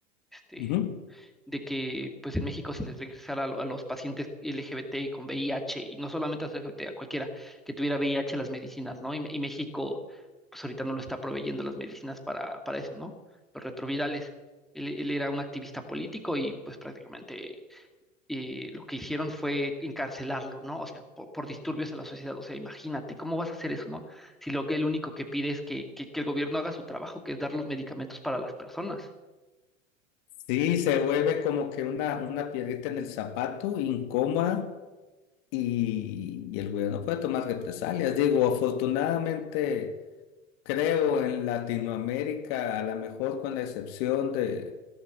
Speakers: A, in the centre; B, on the left.
A: este,
B: ujú.
A: de que pues en México se les regresara a, lo- a los pacientes LGBT y con VIH, y no solamente a los LGBT, a cualquiera que tuviera VIH las medicinas, ¿no? Y, y México pues ahorita no lo está proveyendo las medicinas para, para eso, ¿no? Los retrovirales. Él, él era un activista político y pues prácticamente eh, lo que hicieron fue encarcelarlo, ¿no? O sea, por por, disturbios a la sociedad. O sea, imagínate, ¿cómo vas a hacer eso, no? Si lo que el único que pide es que, que, que el gobierno haga su trabajo, que es dar los medicamentos para las personas.
B: sí, se vuelve como que una, una piedrita en el zapato, incómoda y, y el gobierno puede tomar represalias. Digo, afortunadamente, creo en Latinoamérica, a lo mejor con la excepción de,